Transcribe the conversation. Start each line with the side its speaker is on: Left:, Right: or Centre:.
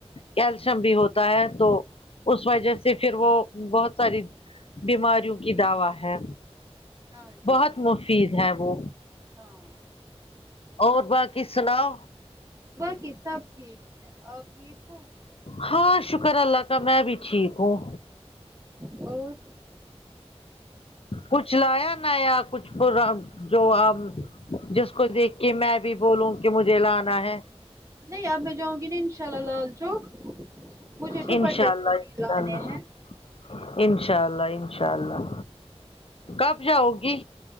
Left: کیلشیم بھی ہوتا ہے تو اس وجہ سے پھر وہ بہت ساری بیماریوں کی دوا ہے
Right: ہاں ہاں جی
Left: بہت مفید ہے وہ
Right: ہاں
Left: اور باقی سناؤ
Right: باقی سب ٹھیک ہے آپ ٹھیک ہو
Left: ہاں شکر اللہ کا میں بھی ٹھیک ہوں
Right: اور
Left: کچھ لایا نیا کچھ پرا جو اب جس کو دیکھ کے میں بھی بولوں کہ مجھے لانا ہے
Right: نہیں اب میں جاؤں گی نا ان شاء اللہ لال چوک مجھے ڈوپٹے
Left: انشاء اللہ
Right: جو بھی لانے
Left: انشاء اللہ
Right: ہیں
Left: انشاء اللہ انشاء اللہ کب جاؤ گی